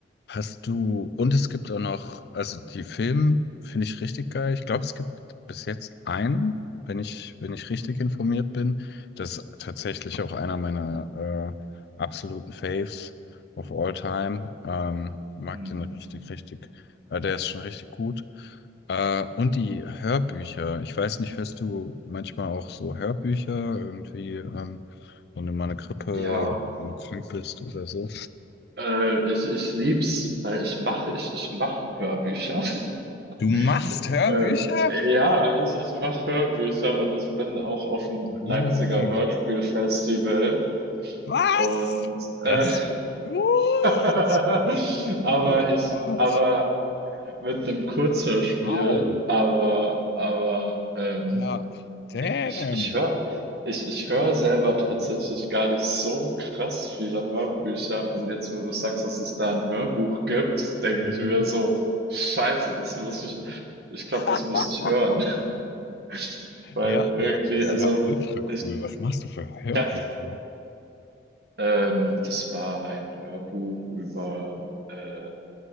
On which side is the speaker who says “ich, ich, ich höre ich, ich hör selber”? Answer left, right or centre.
Right